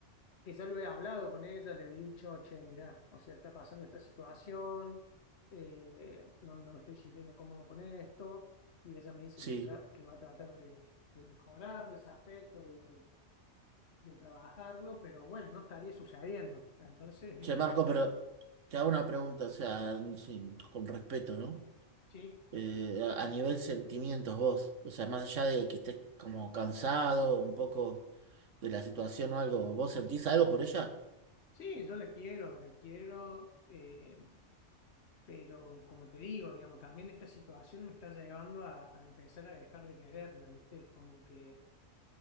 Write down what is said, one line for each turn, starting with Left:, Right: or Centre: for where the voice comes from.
Left: quizá lo he hablado con ella, le he dicho, che, mirá, o sea, está pasando esta situación, eh, no, no me estoy sintiendo cómodo con esto, y ella me dice
Right: Sí.
Left: que, tra- que va a tratar de, de mejorarlo, ese aspecto, de, de- de trabajarlo, pero bueno, no estaría sucediendo. Entonces, viste,
Right: Che, Marco, pero te hago una pregunta, o sea, sin- con respeto, ¿no?
Left: sí,
Right: Eh, a, a nivel sentimientos vos, o sea, más allá de que estés como cansado un poco de la situación o algo, ¿vos sentís algo por ella?
Left: sí, yo la quiero, la quiero. eh, Pero como te digo, digamos, también esta situación me está llevando a, a empezar a dejar de quererla, ¿viste? Como que,